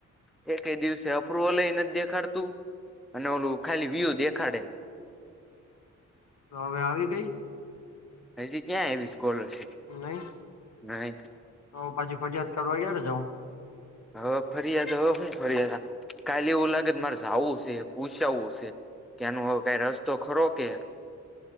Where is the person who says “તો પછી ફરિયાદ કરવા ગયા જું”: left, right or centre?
Left